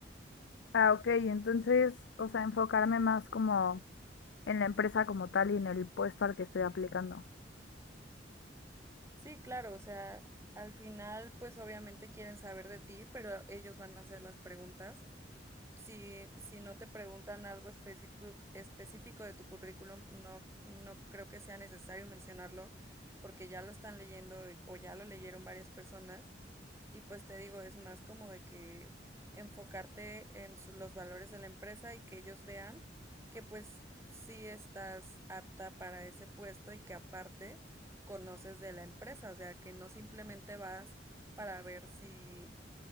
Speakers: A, on the left (about 75°); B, on the right (about 15°).
A: Ah, ok, entonces, o sea, enfocarme más como en la empresa como tal y en el puesto al que estoy aplicando.
B: Sí, claro, o sea, al final, pues obviamente quieren saber de ti, pero ellos van a hacer las preguntas. Si, si no te preguntan algo específico, específico de tu currículum, no, no creo que sea necesario mencionarlo, porque ya lo están leyendo o ya lo leyeron varias personas. Y pues te digo, es más como de que enfocarte en su- los valores de la empresa y que ellos vean que pues sí estás apta para ese puesto y que aparte conoces de la empresa, o sea, que no simplemente vas para ver si,